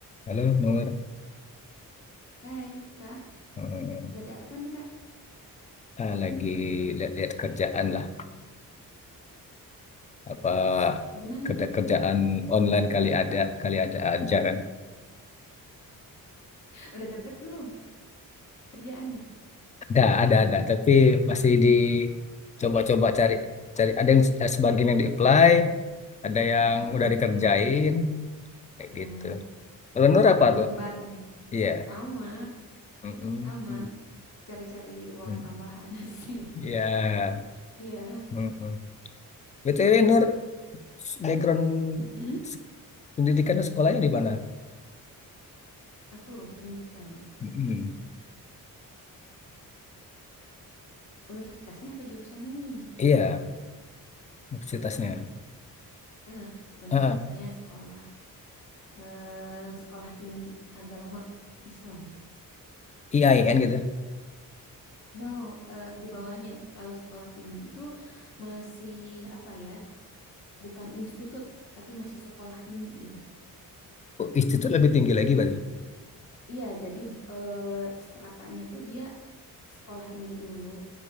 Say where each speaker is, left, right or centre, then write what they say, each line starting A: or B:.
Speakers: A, on the left; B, on the left.
A: Halo Nur,
B: Hai Kak,
A: Eh,
B: lagi apa nih Kak?
A: ah, lagi lihat-lihat kerjaan lah. Apa
B: Gimana?
A: kerja-kerjaan online kali ada, kali ada aja kan?
B: Udah dapet belum kerjaannya?
A: Ada, ada, ada. Tapi masih dicoba-coba cari, cari. Ada yang eh, sebagian yang di-apply, ada yang
B: Heeh.
A: udah dikerjain, kayak
B: Hmm.
A: gitu. Kalau Nur
B: Oh
A: apa
B: jadi
A: tuh?
B: nyebar nih.
A: Iya.
B: Sama,
A: Mm-mm.
B: sama. Cari-cari uang
A: Mm.
B: tambahan <laughs> sih.
A: Iya.
B: Iya.
A: Mm-mm. BTW Nur, background
B: Mm-mm.
A: s- pendidikan dan sekolahnya di mana?
B: Aku pendidikan.
A: Mm-mm.
B: Universitasnya atau jurusannya nih?
A: Iya, universitasnya.
B: Heeh. Universitasnya
A: Ah,
B: sekolah. Eh, sekolah tinggi agama Islam.
A: IAIN gitu.
B: No, eh, di bawahnya. Kalau sekolah tinggi itu masih apa ya? bukan institut tapi masih sekolah tinggi gitu.
A: Oh, institut lebih tinggi lagi berarti.
B: Iya, jadi eh, stratanya tuh dia sekolah tinggi dulu,